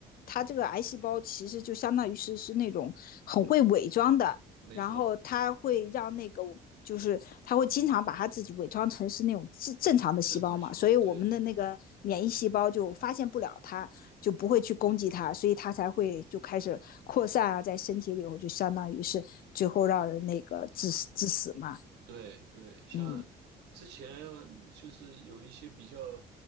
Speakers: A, on the left; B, on the right.
A: 他这个癌细胞其实就相当于是是那种很会伪装的，
B: 没错，
A: 然后他会让那个我就是他会经常把他自己伪装成是那种正正常的细胞嘛，
B: 正常细胞，
A: 所以我们的那个免疫细胞就发现不了它，
B: 对。
A: 就不会去攻击它，所以它才会就开始扩散啊，在身体里头就相当于是最后让人那个致死致死嘛，
B: 对对，像之前就是有一些比较，
A: 嗯